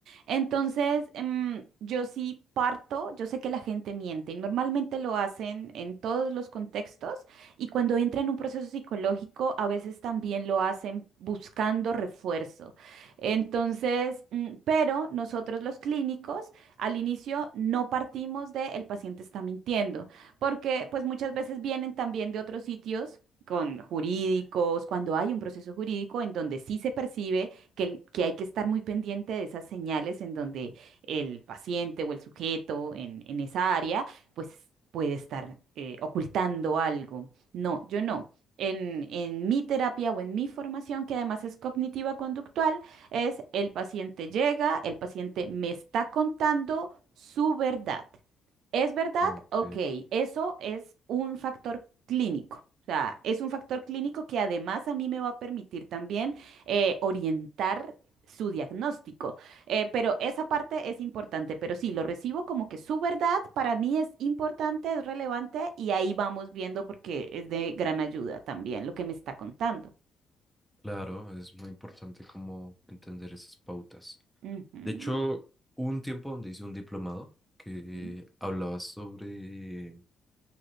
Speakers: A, on the right; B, in the centre.
A: Entonces, em, yo sí parto, yo sé que la gente miente y normalmente lo hacen en todos los contextos y cuando entra en un proceso psicológico, a veces también lo hacen buscando refuerzo. Entonces, mm, pero nosotros los clínicos al inicio no partimos de el paciente está mintiendo porque pues muchas veces vienen también de otros sitios con jurídicos, cuando hay un proceso jurídico en donde sí se percibe que, el- que hay que estar muy pendiente de esas señales en donde el paciente o el sujeto en, en esa área pues puede estar eh, ocultando algo. No, yo no. En, en mi terapia o en mi formación, que además es cognitiva conductual, es el paciente llega, el paciente me está contando su verdad. ¿Es verdad?
B: Ok,
A: Ok, eso es un factor clínico. O sea, es un factor clínico que además a mí me va a permitir también eh, orientar su diagnóstico. Eh, pero esa parte es importante, pero sí, lo recibo como que su verdad para mí es importante, es relevante y ahí vamos viendo porque es de gran ayuda también lo que me está contando.
B: claro, es muy importante como entender esas pautas.
A: Ujú,
B: De hecho, hubo un tiempo donde hice un diplomado que
A: Sí.
B: hablaba sobre